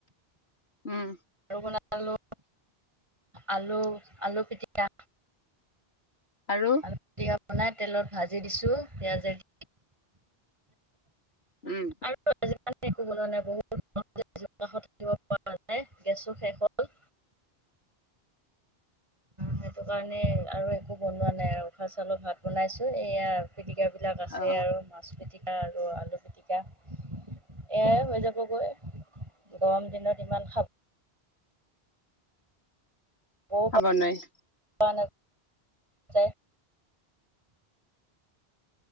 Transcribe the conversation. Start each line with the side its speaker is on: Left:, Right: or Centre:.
Left: উম।
Right: আলু বনালো। আলু, আলু পিতিকা।
Left: আৰু?
Right: আলু পিতিকা বনাই তেলত ভাজি দিছোঁ পিঁয়াজে দি।
Left: উম।
Right: <unintelligible> আৰু একো নাই বহুত থাকিব পৰা যাই গেছো শেষ হ'ল। <inaudible> অ', সেইটো কাৰণে আৰু একো বনোৱা নাই আৰু, উখহা চাউলৰ ভাত বনাইছো এয়া পিটিকা। এই বিলাক আছে
Left: অ
Right: আৰু, মাছ পিটিকা আৰু আলু পিটিকা। এয়াই হৈ যাবগৈ, গৰম দিনত ইমান খাব <unintelligible>
Left: খাব নোৱাৰি
Right: নাযায়